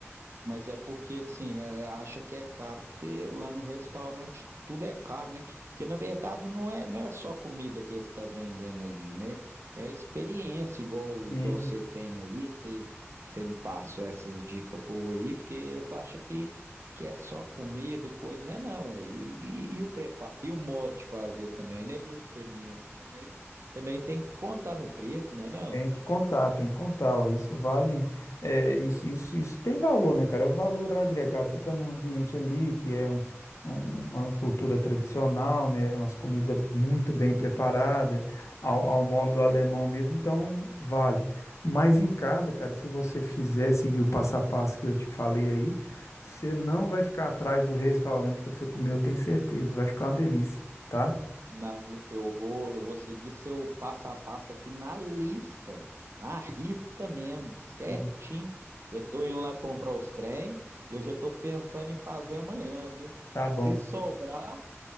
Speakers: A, on the right; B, on the left.
A: Mas é porque, assim, é, acha que é caro, porque lá no restaurante tudo é caro, né? Porque, na verdade, não é, não é só comida que eles estão vendendo ali, né? É a experiência, igual,
B: Vende.
A: igual você tem aí. Você, você me passou essas dicas boas aí, porque eles acham que, que é só comida e coisa, né? Não, é, e, e, e o preparo, e o modo de fazer também, né? E a experiência também, também tem que contar no preço, né? Não,
B: Tem que contar, tem que contar, ó. Isso vale, é, isso, isso, isso tem valor, né, cara? É o valor agregado. Você está num ambiente ali que é um- um- uma cultura tradicional, né? Umas comidas muito bem preparadas, ao, ao modo alemão mesmo, então vale. Mas em casa, cara, se você fizer seguir o passo a passo que eu te falei aí, você não vai ficar atrás do restaurante que você comeu, eu tenho certeza. Vai ficar uma delícia, tá?
A: Não, eu eu vou, eu vou seguir seu passo a passo aqui na lista, na risca mesmo, certinho.
B: Isso.
A: Eu tô indo lá comprar os trem e eu já tô pensando em fazer amanhã, viu?
B: Tá bom.
A: Se sobrar,